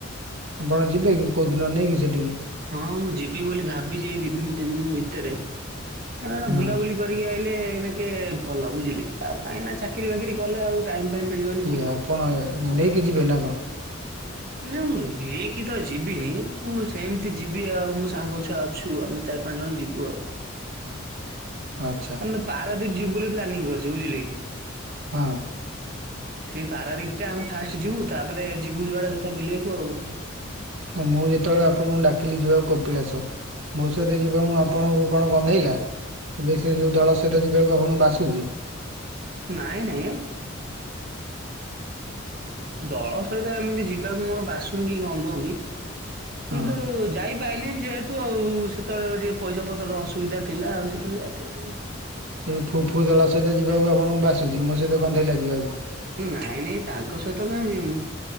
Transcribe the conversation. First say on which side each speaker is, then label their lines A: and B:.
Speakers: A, on the right (about 75°); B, on the right (about 45°).
A: ଆପଣ ଯିବେ କି କୋଉଁ ଦିନ ନେଇକି ସେଠିକି
B: ହଁ ମୁଁ ଯିବି ବୋଲି ଭାବିଛି ଏଇ ଦି ଦିନ ତିନି ଦିନ ଭିତରେ ଏ
A: ହଁ
B: ବୁଲାବୁଲି କରି କରିକି ଆଇଲେ ଏଇନା କେ ଭଲ ବୁଝିଲେ କି ଆଉ କାହିଁନା ଚାକିରି ବାକିରି କଲେ ଆଉ ଟାଇମ୍ ଫାଇମ୍‌ ମିଳିବ।
A: କି ଆପଣ ନେଇକି ଯିବେ ନା କଣ?
B: ନାଁ ମୁଁ ନେଇକି ତ ଯିବିନି ମୁଁ ସେମିତି ଯିବି ଆଉ ମୋ ସାଙ୍ଗ ଛୁଆ ଅଛୁ ଆମେ ଚାରି ପାଞ୍ଚ ଜଣ ଯିବୁ ଆଉ।
A: ଆଚ୍ଛା
B: ଆମେ ପାରାଦୀପ ଯିବୁ ବୋଲି ପ୍ାନିଂ କରିଛି ବୁଝିଲେ କି।
A: ହଁ
B: ଏଇ ପାରାଦୀପଟା ଆମେ ଫାଷ୍ଟ ଯିବୁ ତାପରେ ଯିବୁ ଯୁଆଡେ କଥା ବୁଲିବାକୁ ଆଉ
A: ମୁଁ ଯେତେବେଳେ ଆପଣଙ୍କୁ ଡାକିଲି ଯିବାକୁ କପିଳାସ ମୋ ସହିତ ଯିବାକୁ ଆପଣଙ୍କୁ କଣ ଗନ୍ଧେଇଲା। ଏବେ ସେ ଯେଉଁ ଦଳ ସହିତ ଯିବାକୁ ଆପଣଙ୍କୁ ବାସୁଛି।
B: ନାଇଁ ନାଇଁ ଦଳ ସହିତ ଏମିତି ଯିବାକୁ କଣ ବାସୁନି କି କନ୍ଦଉନି
A: ହଁ
B: କିନ୍ତୁ ଯାଇପାଇଲିନୀ ଯେହେତୁ ଆଉ ସେତେବେଳେ ଟିକେ ପଇସା ପତ୍ରର ଅସୁବିଧା ଥିଲା ଆଉ। <unintelligible>
A: ଏ ଫୁ ଫୁ ଦଳ ସହିତ ଯିବାକୁ ଆପଣଙ୍କୁ ବାସୁଛି ମୋ ସହିତ ଗନ୍ଧେଇଲା ଯିବାକୁ।
B: ନାଇଁ ନାଇଁ ତାଙ୍କ ସହିତ କାହିଁ ଯିବି ମୁଁ।